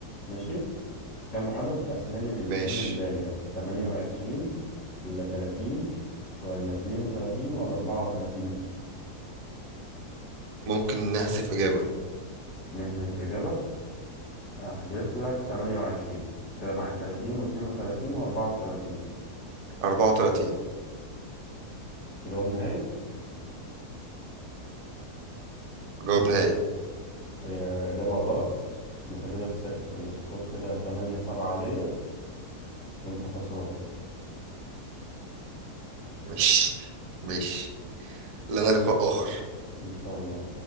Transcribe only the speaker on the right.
ماشي
ممكن نحذف اجابة
34
جواب
نهائي
مش مش لنا لقاء اخر